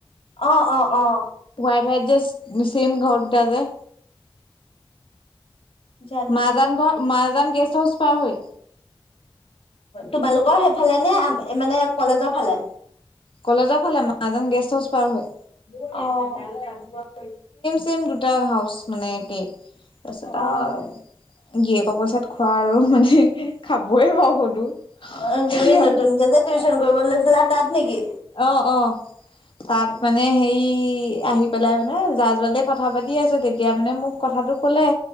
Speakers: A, on the left; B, on the left.
A: অ অ অ
B: সোৱাইট সোৱাইট যে চেম ঘৰ দুটা যে
A: জানো
B: মাজান
A: দেই।
B: ঘৰ মাজান গেষ্ট হাউচ পোৱা হয়।
A: তোমালোকৰ সেইফালে নে মানে কলেজৰ ফালে
B: কলেজৰ ফালে মাহাজন গেষ্ট হাউচ পাৰ হয়।
A: অহ
B: চেম দুটা হাউচ মানে কেই তাৰপিছত
A: অ'।
B: আৰু। গিৰিয়েকৰ পইচাত খোৱা আৰু মানে খাবয়েই বা হ'লেও
A: অ', তুমি নতুনকে যে টিউচন কৰিব লৈছিলা তাত নেকি?
B: অ অ তাত
A: অ'।
B: মানে হে আহি পেলাই মানে জা- জোৱালিয়ে কথা পাতি আছে তেতিয়া মানে মোক কথাটো কলে